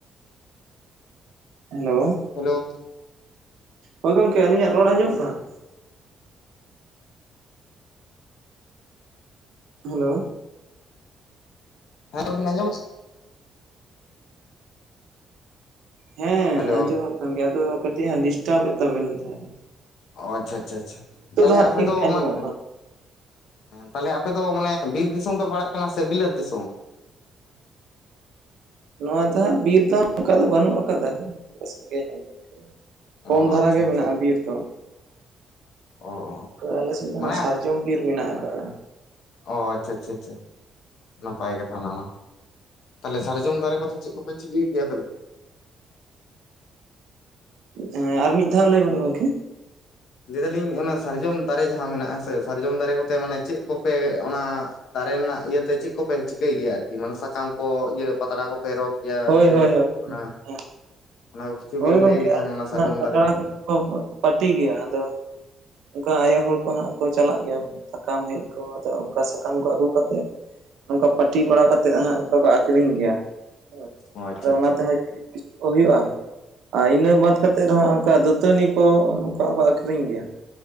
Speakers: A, on the right (about 80°); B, on the left (about 75°).
A: ᱦᱮᱞᱳ
B: ᱦᱮᱞᱳ
A: ᱦᱳᱭ ᱜᱚᱢᱠᱮ ᱟᱹᱞᱤᱧᱟᱜ ᱨᱚᱲ ᱟᱸᱡᱚᱢᱚᱜ ᱠᱟᱱᱟ? ᱦᱮᱞᱳ
B: ᱟᱨᱵᱤᱱ ᱟᱸᱡᱚᱢᱮᱜᱼᱟ?
A: ᱦᱮᱸ
B: ᱦᱮᱞᱳ
A: ᱟᱸᱡᱚᱢᱚᱜ ᱠᱟᱱ ᱜᱮᱭᱟ ᱟᱫᱚ ᱠᱟᱹᱴᱤᱡ ᱦᱟᱸᱜ ᱰᱤᱥᱴᱟᱵ ᱮᱫ ᱛᱟᱵᱮᱱ ᱛᱟᱦᱮᱸᱜᱼᱟ।
B: ᱚ ᱟᱪᱪᱷᱟ ᱟᱪᱪᱷᱟ ᱟᱪᱪᱷᱟ ᱛᱟᱦᱟᱞᱮ
A: ᱦᱟᱸᱜ
B: ᱟᱯᱮ
A: ᱴᱷᱤᱠ
B: ᱫᱚ
A: ᱜᱮ ᱟᱸᱡᱚᱢᱚᱜ
B: ᱦᱮᱸ
A: ᱠᱟᱱᱟ
B: ᱛᱟᱦᱟᱞᱮ ᱟᱯᱮ ᱫᱚ ᱢᱟᱱᱮ ᱵᱤᱨ ᱫᱤᱥᱚᱢ ᱯᱮ ᱯᱟᱲᱟᱜ ᱠᱟᱱᱟ ᱥᱮ ᱵᱤᱞᱟᱹᱛ ᱫᱤᱥᱚᱢ?
A: ᱱᱚᱣᱟ ᱫᱚ ᱦᱟᱸᱜ ᱵᱤᱨ ᱫᱚ ᱚᱱᱠᱟ ᱫᱚ ᱵᱟᱹᱱᱩᱜ ᱟᱠᱟᱫᱟ᱾ ᱥᱟᱸᱜᱮ ᱧᱚᱜ ᱫᱚ ᱟᱨᱠᱤ। ᱠᱚᱢ
B: ᱚ
A: ᱫᱷᱟᱨᱟ
B: ᱟᱪᱪᱷᱟ
A: ᱜᱮ
B: ᱟᱪᱪᱷᱟ
A: ᱢᱮᱱᱟᱜᱼᱟ ᱵᱤᱨ ᱫᱚ।
B: ᱚ
A: ᱛᱚ ᱟᱞᱮ ᱥᱮᱫ ᱫᱚ
B: ᱢᱟᱱᱮ
A: ᱚᱱᱟ ᱥᱟᱨᱡᱚᱢ ᱵᱤᱨ ᱢᱮᱱᱟᱜ ᱟᱠᱟᱜᱼᱟ।
B: ᱚ ᱟᱪᱪᱷᱟ ᱟᱪᱪᱷᱟ ᱟᱪᱪᱷᱟ ᱱᱟᱯᱟᱭ ᱠᱟᱛᱷᱟ ᱚᱱᱟ ᱢᱟ। ᱛᱟᱦᱟᱞᱮ ᱥᱟᱨᱡᱚᱢ ᱫᱟᱨᱮ ᱠᱚᱛᱮ ᱪᱮᱫ ᱠᱚᱯᱮ ᱪᱤᱠᱟᱹᱭ ᱜᱮᱭᱟ ᱟᱯᱮ ᱫᱚ?
A: ᱦᱮᱸ ᱟᱨ ᱢᱤᱫ ᱫᱷᱟᱣ ᱞᱟᱹᱭ ᱵᱮᱱ ᱜᱚᱢᱠᱮ᱾
B: ᱞᱟᱹᱭ ᱮᱫᱟᱞᱤᱧ ᱚᱱᱟ ᱥᱟᱨᱡᱚᱢ ᱫᱟᱨᱮ ᱡᱟᱦᱟᱸ ᱢᱮᱱᱟᱜᱼᱟ ᱦᱮᱸᱥᱮ ᱥᱟᱨᱡᱚᱢ ᱫᱟᱨᱮ ᱠᱚᱛᱮ ᱢᱟᱱᱮ ᱪᱮᱫ ᱠᱚᱯᱮ ᱚᱱᱟ ᱼᱼ ᱫᱟᱨᱮ ᱨᱮᱱᱟᱜ ᱤᱭᱟᱹᱛᱮ ᱪᱮᱫ ᱠᱚᱯᱮ ᱪᱤᱠᱟᱹᱭ ᱜᱮᱭᱟ ᱟᱨᱠᱤ ᱢᱟᱱᱮ ᱥᱟᱠᱟᱢ ᱠᱚ ᱤᱭᱟᱹ ᱯᱟᱛᱲᱟ ᱠᱚᱯᱮ ᱨᱚᱜᱽ ᱜᱮᱭᱟ
A: ᱦᱳᱭ
B: ᱥᱮ
A: ᱦᱳᱭ ᱦᱳᱭ᱾
B: ᱚᱱᱟ
A: ᱦᱮᱸ
B: ᱚᱱᱟ ᱠᱤᱪᱷᱩ
A: ᱦᱳᱭ
B: ᱵᱤᱱ
A: ᱜᱚᱝᱠᱮ
B: ᱞᱟᱹᱭ ᱞᱮᱠᱷᱟᱱ
A: ᱟᱞᱮ
B: ᱚᱱᱟ ᱥᱟᱨᱡᱚᱢ
A: ᱦᱟᱸᱜ ᱯᱟᱛᱲᱟ
B: ᱫᱟᱨᱮ ᱛᱮ?
A: ᱯᱟᱹᱴᱤ ᱜᱮᱭᱟ ᱟᱫᱚ ᱚᱱᱠᱟ ᱟᱭᱳ ᱦᱚᱲ ᱠᱚ ᱦᱟᱸᱜ ᱠᱚ ᱪᱟᱞᱟᱜ ᱜᱮᱭᱟ ᱥᱟᱠᱟᱢ ᱦᱮᱡ ᱠᱚ ᱟᱫᱚ ᱚᱱᱠᱟ ᱥᱟᱠᱟᱢ ᱠᱚ ᱟᱹᱜᱩ ᱠᱟᱛᱮᱜ ᱱᱚᱝᱠᱟ ᱯᱟᱹᱴᱤ ᱵᱟᱲᱟ ᱠᱟᱛᱮᱫ ᱦᱟᱸᱜ ᱚᱱᱠᱟ ᱠᱚ ᱟᱠᱷᱨᱤᱧ ᱜᱮᱭᱟ ᱾ ᱦᱳᱭ
B: ᱚ ᱟᱪᱪᱷᱟ
A: ᱟᱫᱚ
B: ᱟᱪᱪᱷᱟ
A: ᱚᱱᱟ ᱛᱮᱦᱚᱸ ᱦᱩᱭᱩᱜᱼᱟ ᱟᱨ ᱤᱱᱟᱹ ᱵᱟᱫ ᱠᱟᱛᱮᱫ ᱨᱮᱦᱚᱸ ᱚᱱᱠᱟ ᱫᱟᱹᱛᱟᱹᱱᱤ ᱠᱚ ᱱᱚᱝᱠᱟ ᱠᱚ ᱟᱠᱷᱨᱤᱧ ᱜᱮᱭᱟ।